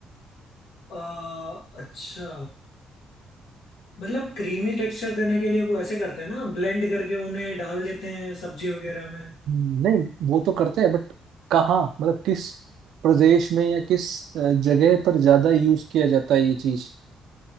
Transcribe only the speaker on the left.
अ, अच्छा मतलब क्रीमी टेक्सचर देने के लिए वो ऐसे करते हैं ना ब्लेंड करके उन्हें डाल देते हैं सब्जी वगैरह में